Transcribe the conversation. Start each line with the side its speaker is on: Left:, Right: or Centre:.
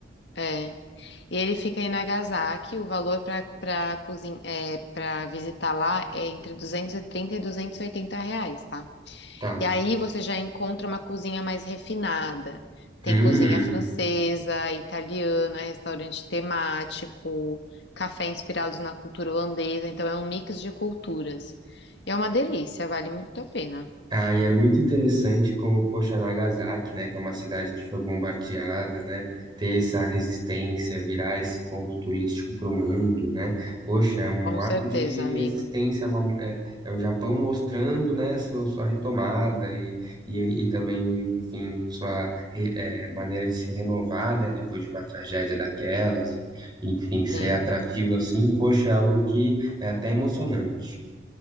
Left: É. ele fica em Nagasaki. O valor para para cozin... é, para visitar lá é entre 230 e 280 reais, tá?
Right: Tá.
Left: E aí você já encontra uma cozinha mais refinada. Tem
Right: Hum.
Left: cozinha francesa, italiana, restaurante temático, café inspirados na cultura holandesa. Então é um mix de culturas. E é uma delícia, vale muito a pena.
Right: Ah, e é muito interessante como, poxa, Nagasaki, né, que é uma cidade que foi bombardeada, né, ter essa resistência, virar esse ponto turístico para o mundo, né, poxa, é um
Left: Com
Right: ato
Left: certeza,
Right: de
Left: amigo.
Right: resistência, é, uma- é- é o Japão mostrando, né, seu- sua retomada e, e, e também, enfim, sua re- é, maneira de se renovar, né, depois de uma tragédia daquelas, e, enfim, ser
Left: Sim.
Right: atrativo assim, poxa, é algo que é até emocionante.